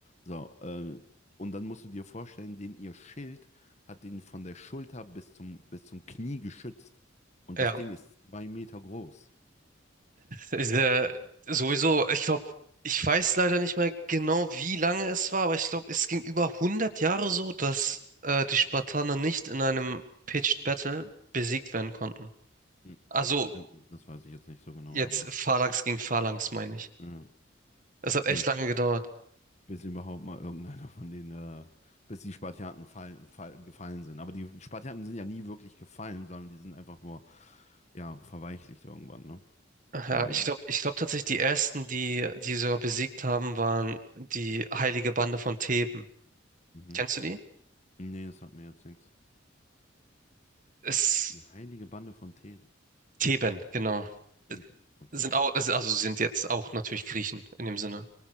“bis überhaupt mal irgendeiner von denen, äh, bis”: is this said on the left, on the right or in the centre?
Left